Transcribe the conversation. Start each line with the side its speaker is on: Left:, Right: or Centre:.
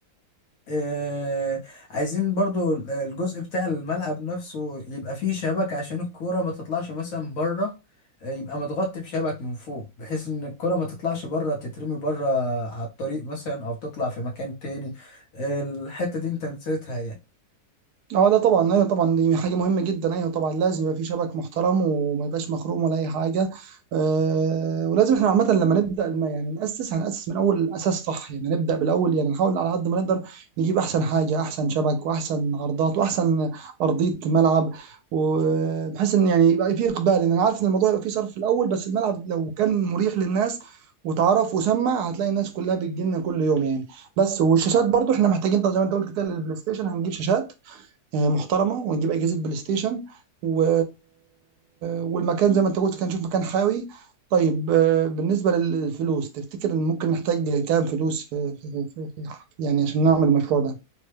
Left: آه، عايزين برضو الجزء بتاع الملعب نفسه يبقى فيه شبك عشان الكورة ما تطلعش مثلا بره آه، يبقى متغطي بشبك من فوق بحيث ان الكرة ما تطلعش بره تترمي بره على الطريق مثلا او تطلع في مكان تاني آه، الحتة دي انت نسيتها يعني
Right: اه لا طبعا ايوه طبعا دي حاجه مهمه جدا ايوه طبعا لازم يبقى في شبك محترم وما يبقاش مخروم ولا اي حاجه أه ولازم احنا عامه لما نبدا الم- يعني ناسس هناسس من اول الاساس صح يعني نبدا بالاول يعني نحاول على قد ما نقدر نجيب احسن حاجه احسن شبك واحسن عرضات واحسن ارضيه ملعب وبحيث ان يعني يبقى في اقبال لان انا عارف ان الموضوع يبقى فيه صرف في الاول بس الملعب لو كان مريح للناس وتعرف وسمع هتلاقي الناس كلها بتجيلنا كل يوم يعني بس والشاشات برضو احنا محتاجين طب زي ما انت قلت كده للبلاي ستيشن هنجيب شاشات آه، محترمه ونجيب اجهزه بلاي ستيشن و... والمكان زي ما انت قلت كان نشوف مكان حيوي طيب آه، بالنسبه للفلوس تفتكر ان ممكن نحتاج كام فلوس في... في... في... في... يعني عشان نعمل المشروع ده